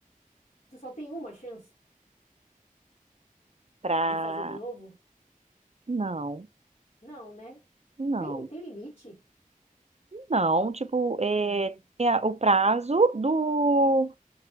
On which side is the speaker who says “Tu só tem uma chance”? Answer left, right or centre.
Left